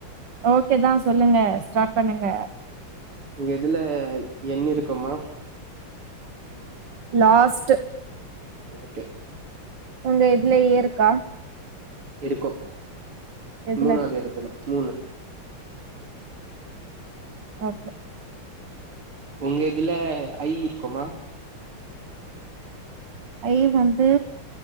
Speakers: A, on the right; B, on the right.
A: ஓகே தா சொல்லுங்க ஸ்டாட் பண்ணுங்க
B: உங்க இதுல என் இருக்குமா
A: லாஸ்ட்டு
B: கே கே
A: உங்க இதுலயே இருக்கா
B: இருக்கு
A: இதுல
B: மூணாவது இடத்துல மூணு
A: ஓகே
B: உங்க இதுல ஐ இருக்கோமா
A: ஐ வந்து